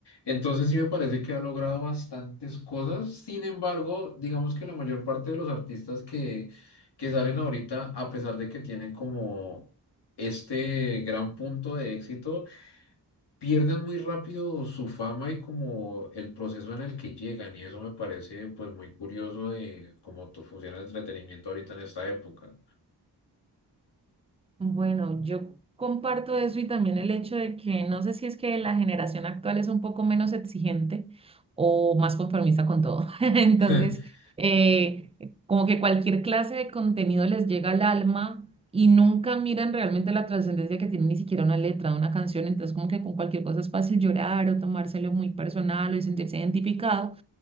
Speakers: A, on the left; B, on the right.
A: Entonces sí me parece que ha logrado bastantes cosas. Sin embargo, digamos que la mayor parte de los artistas que, que salen ahorita, a pesar de que tienen como este gran punto de éxito, pierden muy rápido su fama y como el proceso en el que llegan y eso me parece pues muy curioso de cómo to- funciona el entretenimiento ahorita en esta época.
B: Bueno, yo comparto eso y también el hecho de que no sé si es que la generación actual es un poco menos exigente o más conformista con todo. <laughs> Entonces,
A: <laughs>
B: eh, como que cualquier clase de contenido les llega al alma y nunca miran realmente la trascendencia que tiene ni siquiera una letra de una canción. Entonces, como que con cualquier cosa es fácil llorar o tomárselo muy personal o sentirse identificado,